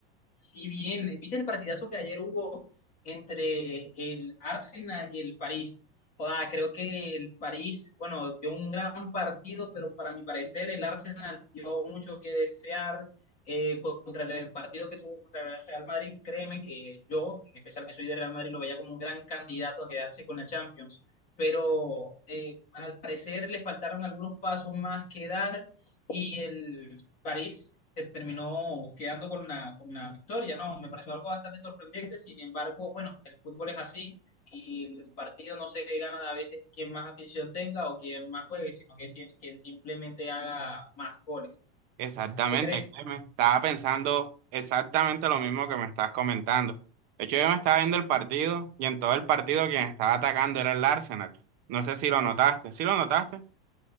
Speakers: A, on the left; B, on the right.
A: sí bien, viste el partidazo que ayer hubo entre el Arsenal y el París? Joda, creo que el París, bueno, dio un gran partido, pero para mi parecer el Arsenal dio mucho que desear eh, contra el partido que tuvo contra el Real Madrid. Créeme que yo, en especial que soy de Real Madrid, lo veía como un gran candidato a quedarse con la Champions pero eh, al parecer le faltaron algunos pasos más que dar y el París se terminó quedando con la, con la victoria, ¿no? Me pareció algo bastante sorprendente, sin embargo, bueno, el fútbol es así y el partido no se gana a veces quien más afición tenga o quien más juegue, sino que si- quien simplemente haga más goles.
B: Exactamente,
A: ¿Qué crees?
B: Clemen. Estaba pensando exactamente lo mismo que me estás comentando. De hecho, yo me estaba viendo el partido y en todo el partido quien estaba atacando era el Arsenal. No sé si lo notaste. ¿Sí lo notaste?